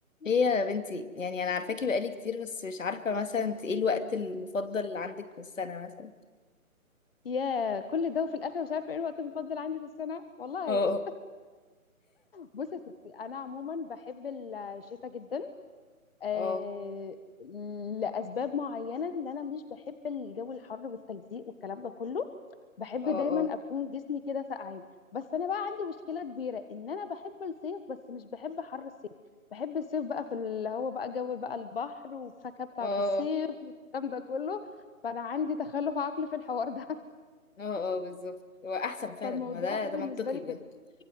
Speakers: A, on the left (about 60°); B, on the left (about 40°).
A: ايه يا بنتي يعني انا عارفاكي بقالي كتير بس مش عارفه مثلا انت ايه الوقت المفضل اللي عندك في السنه مثلا
B: يا كل ده وفي الاخر مش عارفه ايه الوقت المفضل عندي في السنه والله
A: اه
B: بصي يا ستي انا عموما بحب الشتاء جدا آه
A: اه
B: لاسباب معينه ان انا مش بحب الجو الحر والتلزيق والكلام ده كله بحب
A: اه
B: دايما
A: اه
B: اكون جسمي كده ساقعين بس انا بقى عندي مشكله كبيره ان انا بحب الصيف بس مش بحب حر الصيف بحب الصيف بقى في اللي هو بقى جو بقى البحر والفاكهه بتاعه
A: اه
B: الصيف والكلام ده كله فانا عندي تخلف عقلي في الحوار ده
A: اه اه بالظبط هو احسن
B: <laughs>
A: فعلا
B: فالموضوع
A: هو ده
B: بالنسبه
A: ده منطقي
B: لي
A: بجد
B: كده